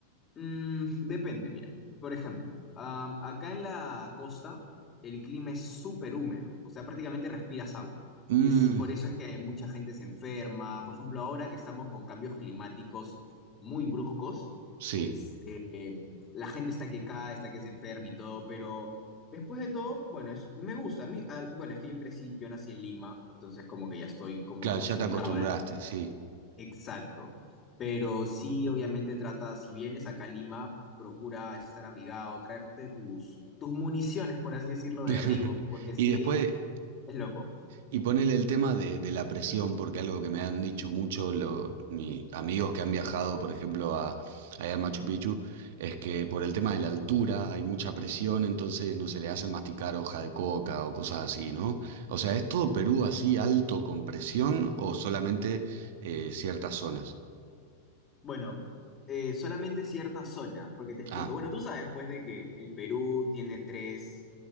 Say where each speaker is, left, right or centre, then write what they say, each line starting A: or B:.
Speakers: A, on the left (about 25°); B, on the right (about 55°).
A: Mm, depende, mira. Por ejemplo, am, acá en la costa el clima es súper húmedo, o sea, prácticamente respiras agua.
B: Mm,
A: Es, por eso es que mucha gente se enferma. Por ejemplo, ahora que estamos con cambios climáticos muy bruscos,
B: sí,
A: este, la gente está que cae, está que se enferma y todo, pero después de todo, bueno, es, me gusta. A mí, ah, bueno, es que yo crecí, yo nací en Lima, entonces como que ya estoy como
B: claro,
A: que acostumbrado
B: ya te acostumbraste, sí.
A: Exacto. Pero sí, obviamente trata, si vienes acá a Lima, procura estar abrigado, traerte tus, tus municiones, por así decirlo, de
B: <laughs>
A: abrigo, porque sí,
B: Y después,
A: es loco.
B: Y ponele el tema de, de la presión, porque algo que me han dicho mucho lo- mis amigos que han viajado, por ejemplo, a, allá a Machu Picchu, es que por el tema de la altura hay mucha presión, entonces no se le hacen masticar hoja de coca o cosas así, ¿no? O sea, ¿es todo Perú así alto con presión o solamente eh, ciertas zonas?
A: Bueno, eh, solamente ciertas zonas, porque te explico.
B: Ah,
A: Bueno, tú sabes, pues, de que el Perú tiene tres,